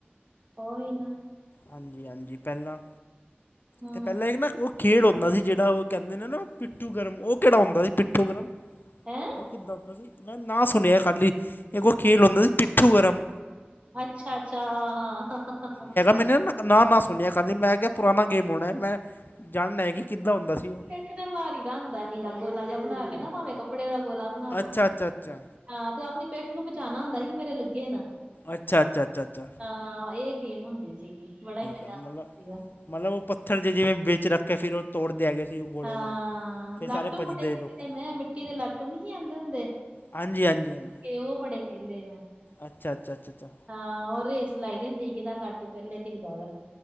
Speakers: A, on the right (about 35°); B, on the left (about 55°).
A: ਉਹੀ ਨਾ
B: ਹਾਂਜੀ- ਹਾਂਜੀ ਪੈਲਾਂ
A: ਹੂੰ
B: ਤੇ ਪਹਿਲਾਂ ਇੱਕ ਨਾ ਓ ਪੇੜ ਹੁੰਦਾ ਸੀ ਜੇੜਾ ਉਹ ਕਹਿੰਦੇ ਨੇ ਨਾ ਪਿੱਠੂ ਗਰਮ, ਉਹ ਕੇੜਾ ਹੁੰਦਾ ਸੀ ਪਿੱਠੂ ਗਰਮ
A: ਹੈਂ
B: ਉਹ ਕਿੱਦਾਂ ਹੁੰਦਾ ਸੀ, ਮੈਂ ਨਾਂ ਸੁਣਿਆ ਖਾਲੀ, ਇੱਕ ਉਹ ਖੇਲ ਹੁੰਦਾ ਸੀ ਪਿੱਠੂ ਗਰਮ।
A: ਅੱਛਾ-ਅੱਛਾ, ਹਾਂ-ਹਾਂ
B: ਮੈਨੂੰ ਨਾ, ਨਾਂ- ਨਾਂ ਸੁਣਿਆ ਖਾਲੀ, ਮੈਂ ਕਿਹਾ ਪੁਰਾਣਾ ਗੇਮ ਹੋਣਾ, ਮੈਂ ਜਾਣਨਾ ਐ ਕਿ ਕਿੱਦਾਂ ਹੁੰਦਾ ਸੀ ਉਹ।
A: ਇਕ ਤੇ ਮਾਰੀ ਦਾ ਹੁੰਦਾ ਹੀਗਾ ਗੋਲਾ ਜਿਹਾ ਬਣਾ ਕੇ ਨਾ ਭਾਵੇਂ ਕੱਪੜੇ ਦਾ ਗੋਲਾ ਬਣਾ ਲੋ।
B: ਅੱਛਾ ਅੱਛਾ ਅੱਛਾ
A: ਆਂ, ਤੇ ਉਹ ਆਪਣੀ ਪਿੱਠ ਨੂੰ ਬਚਾਉਣਾ ਹੁੰਦਾ, ਕਿ ਮੇਰੇ ਲੱਗੇ ਨਾ।
B: ਅੱਛਾ- ਅੱਛਾ-ਅੱਛਾ-ਅੱਛਾ
A: ਹਾਂ ਇਹ ਗੇਮ ਹੁੰਦੀ ਸੀਗੀ, ਬੜਾ ਹੀ ਮਜ਼ਾ
B: ਆ ਮਤਲਬ
A: ਆਂਦਾ ਸੀਗਾ।
B: ਮਤਲਬ ਉਹ ਪੱਥਰ ਜੇ ਜਿਵੇਂ ਵਿੱਚ ਰੱਖ ਕੇ ਫੇਰ ਉਹ ਤੋੜਦੇ ਆ ਗੇਏ ਸੀ ਉਹ। ਗੋਲੇ
A: ਹਾਂ,
B: ਨਾਲ
A: ਲਾਟੂ
B: ਫਿਰ ਸਾਰੇ ਭੱਜਦੇ
A: ਬੜੇ ਖਰੀਦੇ
B: ਲੋਕੀ
A: ਮੈਂ, ਮਿੱਟੀ ਦੇ ਲਾਟੂ ਨਹੀਂ ਸੀ ਆਉਂਦੇ ਹੁੰਦੇ।
B: ਹਾਂਜੀ- ਹਾਂਜੀ- ਹਾਂਜੀ।
A: ਤੇ ਓ ਬੜੇ ਖੇਲੇ ਮੈਂ।
B: ਅੱਛਾ- ਅੱਛਾ, ਅੱਛਾ- ਅਛਾ।
A: ਹਾਂ ਉਹ ਰੇਸ ਲਾਈਦੀ ਹੁੰਦੀ, ਕੀਹਦਾ ਲਾਟੂ ਪਹਿਲੇ ਡਿੱਗਦਾ ਵਾ।